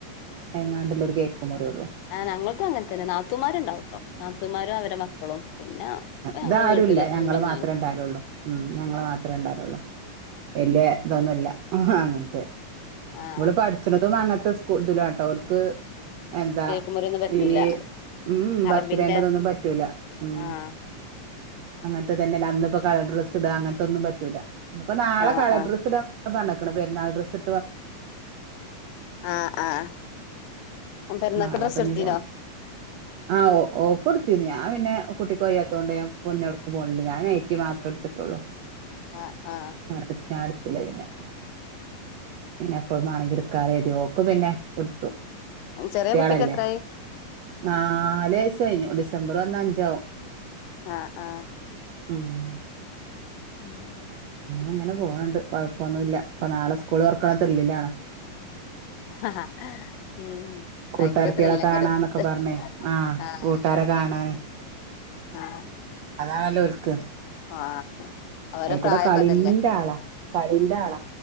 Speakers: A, on the right; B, on the left.
A: എഏങ്ങാണ്ടല്ല ഒരു കേക്കുമ മുറേള്ളൂ
B: ആഞങ്ങൾകും അങ്ങനെ തന്നെ നാത്തുമാരുണ്ടാവട്ടോ നാത്തുമാരും അവടെ മക്കളും പിന്നെ ഇപ്പ ഞങ്ങള്
A: ഇതാരുംല്ല
B: വീട്ടില്
A: ഞങ്ങള്ൾ
B: ഉമ്മയും
A: മാത്രമേ
B: ഞാനും
A: ഉണ്ടാലള്ളൂ ഉം ഞങ്ങള്ൾ
B: ആഹ്
A: മാത്രമേ ഉണ്ടാലള്ളൂ വല്യ ഇതൊന്നുമല്ല അങ്ങനത്തെ
B: ആഹ്
A: ഇവള്പഠിച്ചണതും അങ്ങനത്തെ സ്കൂ ഇതുലാട്ടവർക്ക് എന്താ
B: കേക്ക് മുറിയൊന്നും പറ്റൂല
A: ഈ ഉം
B: അറബിന്റെ
A: ബർത്ത്ഡേറതൊന്നും പറ്റൂല ഉം
B: ആഹ്
A: അങ്ങനത്തെ തന്നെ അന്നപ്പോ കളർ ഡ്രസ്ട അങ്ങനത്തെ തെന്നും പറ്റൂല്ല ഇപ്പ നാളെ
B: ആഹ്
A: കളർ
B: ആഹ്
A: ടർസ് ഇൻ നാളെ പെരുനാൾ ടസ്
B: ആ ആഹ പെരുന്നക്ക്
A: നാളെപ്പ
B: ഡസ്
A: ഇനി
B: എടുത്തനോ
A: പോണം ആഹ് ഓ ഓക്ട്ത്തിയിന്നു. ഞാൻ പിന്നേ കുട്ടക്ക് വയ്യാതോണ്ട് ഞാൻ പിന്നെ ഒട്ക്കും പോണില്ല. ഞാൻ നൈടി മാത്രം ഇട്ത്തിട്ടുള്ളൂ. <unintelligible>
B: ആഹ് ആഹ്
A: <unintelligible> ഞാട്ത്തില്ല പിന്നെ. പിന്ന എപ്പോഴുമാണങ്ങി ഇട്ക്കാലൊ കര്തി ഓക്ക് പിന്നെ, ഇട്ത്തു.
B: ഉം ചെറിയ
A: കുട്ടിയ്യാളെല്ലേ?
B: കുട്ടിക്ക് എത്രായി
A: നാല് വയസ് കഴിഞ്ഞു. ഡിസംബറ് വന്നാഅഞ്ചാവും
B: ആഹ് ആഹാ.
A: <unintelligible>
B: <unintelligible>
A: അങ്ങനെ പോണ് ണ്ട് കുഴപ്പൊന്നുല്ല. ഇപ്പ നാളെ സ്കൂളള് തോർക്കണ ത്രില്ലില്ലാണ്.
B: ആഹ് ഉം
A: കൂട്ടാരത്തിളെ
B: ഭയങ്കര ത്രില്ലയ്ക്കാരം
A: കാണാന്നൊക്കെ പറഞ്ഞേ ആഹാ
B: ആഹ്
A: കൂട്ടാരൊ കാണാന്.
B: <inaudible>
A: അതാണല്ലോ? ഒല്ക്ക്
B: ആഹ് അവരെ
A: അയികുടെ
B: പ്രായം
A: കളിൻന്റെ
B: അതല്ലേ
A: ആളാ. കളിന്റെ ആളാ.